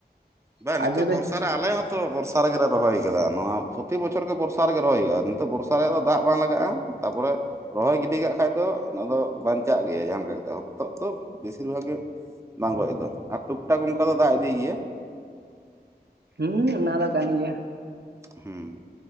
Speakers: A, on the right; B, on the right.
A: ᱵᱟᱝ
B: ᱟᱨ
A: ᱱᱤᱛᱚᱜ
B: ᱡᱩᱫᱤ
A: ᱵᱚᱨᱥᱟ ᱟᱞᱮ ᱦᱚᱸᱛᱚ ᱵᱚᱨᱥᱟ ᱨᱮᱜᱮ ᱨᱚᱦᱚᱭ ᱟᱠᱟᱫᱟ ᱱᱚᱣᱟ ᱯᱨᱚᱛᱤ ᱵᱚᱪᱷᱚᱨ ᱜᱮ ᱵᱚᱨᱥᱟ ᱨᱮᱜᱮ ᱨᱚᱦᱚᱭ ᱦᱩᱭᱩᱜ-ᱟ ᱱᱤᱛᱚᱜ ᱵᱚᱨᱥᱟ- ᱦᱟᱥᱟᱨᱮ ᱫᱚ ᱫᱟᱜ ᱵᱟᱝ ᱞᱟᱜᱟᱜ-ᱟ ᱛᱟᱯᱚᱨᱮ᱾ ᱨᱚᱦᱚᱭ ᱜᱤᱰᱤ ᱠᱟᱜ ᱠᱷᱟᱡ ᱫᱚ ᱚᱱᱟ ᱫᱚ ᱵᱟᱧᱪᱟᱜ ᱜᱮᱭᱟ ᱡᱟᱦᱟᱸ ᱞᱮᱠᱟ ᱠᱟᱛᱮᱫ ᱦᱚᱫ ᱫᱚ ᱵᱮᱥᱤᱨ ᱵᱷᱟᱜᱽ ᱜᱮ᱾ ᱵᱟᱝ ᱜᱚᱡ ᱦᱚᱫᱚ ᱟ, ᱟᱨ ᱴᱩᱠ ᱴᱟᱠ ᱚᱱᱠᱟ ᱫᱚ ᱫᱟᱜ ᱤᱫᱤᱭ ᱜᱮᱭᱟ᱾
B: ᱦᱩᱸ ᱚᱱᱟ ᱫᱚ ᱠᱟᱱ ᱜᱮᱭᱟ᱾
A: ᱦᱩᱸ᱾